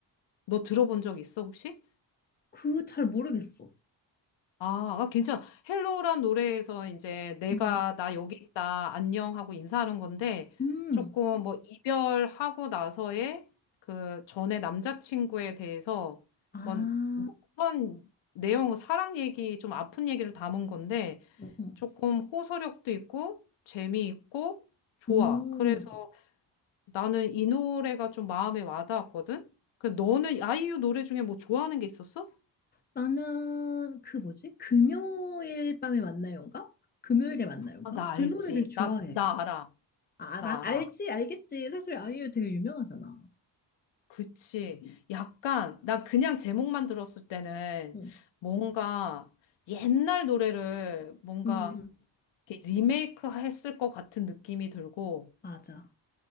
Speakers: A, on the left (about 75°); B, on the left (about 20°).
A: 너 들어본 적 있어, 혹시?
B: 그 잘 모르겠어.
A: 아, 아, 괜찮아. 헬로란 노래에서 이제 내가
B: 응,
A: 나 여기 있다, 안녕 하고 인사하는 건데
B: 응
A: 조금
B: 음,
A: 뭐 이별하고 나서의 그 전에 남자친구에 대해서
B: 아,
A: 뭔- 뭐 그런 내용, 사랑 얘기, 좀 아픈 얘기를 담은 건데
B: 응, 응.
A: 조금 호소력도 있고 재미있고 좋아.
B: 음,
A: 그래서 나는 이 노래가 좀 마음에 와닿았거든. 그 너는 아이유 노래 중에 뭐 좋아하는 게 있었어?
B: 나는 그 뭐지? 금요일 밤에 만나요인가? 금요일에 만나요인가?
A: 아, 나
B: 그
A: 알지.
B: 노래를 좋아해.
A: 나, 나 알아.
B: 아, 알아?
A: 나 알아.
B: 알지? 알겠지? 사실 아이유 되게 유명하잖아.
A: 그치. 약간, 나 그냥 제목만 들었을 때는
B: 응,
A: 뭔가 옛날 노래를 뭔가
B: 응, 응, 응.
A: 이렇게 리메이크 했을 것 같은 느낌이 들고
B: 맞아.